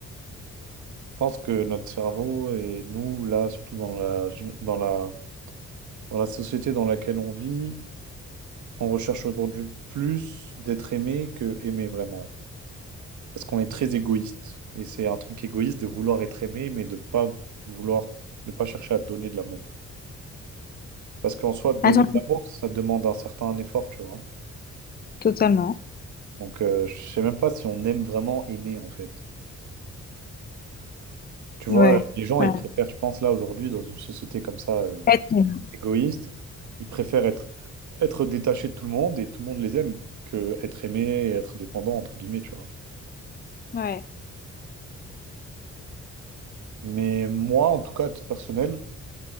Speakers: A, on the right; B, on the left.
A: Je pense que notre cerveau et nous, là, surtout dans la, gen- dans la, dans la société dans laquelle on vit, on recherche aujourd'hui plus d'être aimé que aimer vraiment. Parce qu'on est très égoïste. Et c'est un truc égoïste de vouloir être aimé, mais de pas vouloir, ne pas chercher à donner de l'amour. Parce qu'en soi, donner
B: Attends,
A: de l'amour, ça demande un certain effort, tu vois.
B: totalement.
A: Donc, euh, je sais même pas si on aime vraiment aimer, en fait. Tu
B: Ouais.
A: vois, les gens,
B: Voilà.
A: ils préfèrent, je pense, là, aujourd'hui, dans une société comme ça, euh,
B: Être aimé.
A: égoïste, ils préfèrent être, être détachés de tout le monde et tout le monde les aime que être aimé et être dépendant, entre guillemets, tu vois.
B: Ouais,
A: Mais moi, en tout cas, à titre personnel,